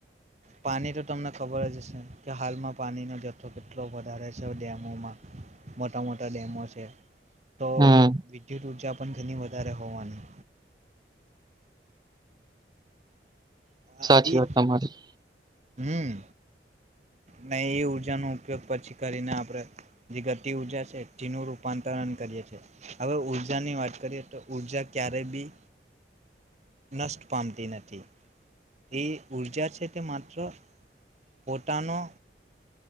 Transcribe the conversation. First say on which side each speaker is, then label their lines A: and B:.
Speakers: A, on the right; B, on the right.
A: પાણી તો તમને ખબર જ હશે કે હાલમાં પાણીનો જથ્થો કેટલો વધારે છે ડેમોમાં મોટા મોટા ડેમો છે તો
B: હમ
A: વિદ્યુત ઉર્જા પણ ઘની વધારે હોવાની હા
B: સાચી
A: એ
B: વાત તમારી
A: હમ ન એ ઉઊર્જાનો ઉપયોગ પછી કરીને આપણે જે ગતિ ઉઊર્જા છે તેનું રૂપાંતરણ કરીએ છેએ હવે ઉઊર્જાની વાત કરીએ તો ઉઊર્જા ક્યારેય બી નષ્ટ પામતી નથી એ ઉઊર્જાર છે મત્ર પોટણો